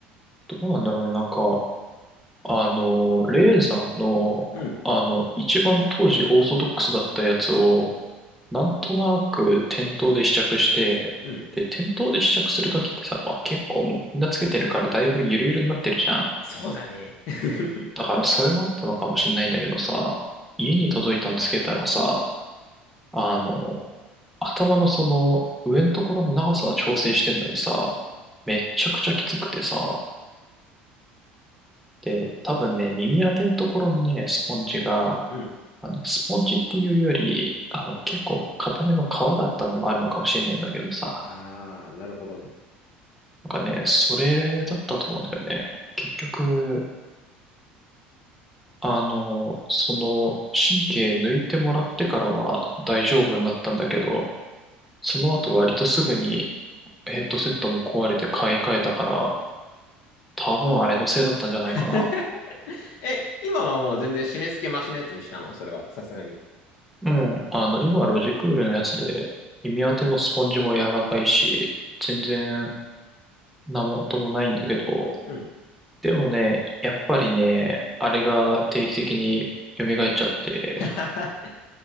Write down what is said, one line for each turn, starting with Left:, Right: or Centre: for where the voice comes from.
Centre: どうなんだろうね、なんか、あの、レーザーの、
Left: うん。
Centre: あの、一番当時オーソドックスだったやつを、なんとなく店頭で試着して、
Left: うん。
Centre: で、店頭で試着するときってさ、まあ結構もうみんなつけてるからだいぶゆるゆるになってるじゃん。
Left: そうだね。<laughs>
Centre: だからそれもあったのかもしれないんだけどさ、家に届いたのつけたらさ、あの、頭のその上のところの長さは調整してんのにさ、めっちゃくちゃきつくてさ、で、多分ね、耳当てのところのね、スポンジが、
Left: うん。
Centre: あの、スポンジっていうより、あの、結構硬めの皮だったのもあるのかもしれないんだけどさ、
Left: あー、なるほどね。
Centre: なんかね、それだったと思うんだよね。結局、あの、その、神経抜いてもらってからは大丈夫になったんだけど、その後割とすぐにヘッドセットも壊れて買い替えたから、多分あれのせいだったんじゃないか
Left: <laughs> え、今はもう全然締め付けマシなやつにしたのそれは、さすがに。
Centre: な。うん。あの、今ロジクールのやつで、耳当てのスポンジも柔らかいし、全然なもともないんだけど、
Left: うん。
Centre: でもね、やっぱりね、あれが定期的に蘇っちゃって、
Left: <laughs>